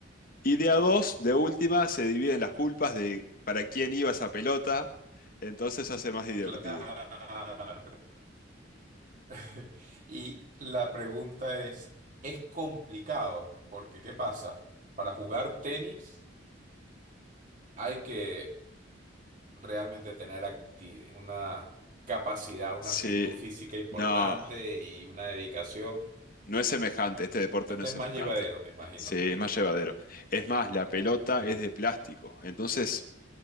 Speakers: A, on the left (about 45°); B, on the right (about 40°).
A: Y de a dos, de última, se dividen las culpas de para quién iba esa pelota, entonces se hace más divertido.
B: <laughs> Claro. <laughs> Y la pregunta es, es complicado, porque ¿qué pasa? Para jugar tenis hay que realmente tener acti- una capacidad, una
A: Sí,
B: aptitud física importante
A: no,
B: y una dedicación.
A: no es semejante, este deporte
B: Este
A: no es
B: es
A: semejante.
B: más llevadero, me imagino.
A: Sí, es más llevadero. Es más, la pelota
B: Mm.
A: es de plástico, entonces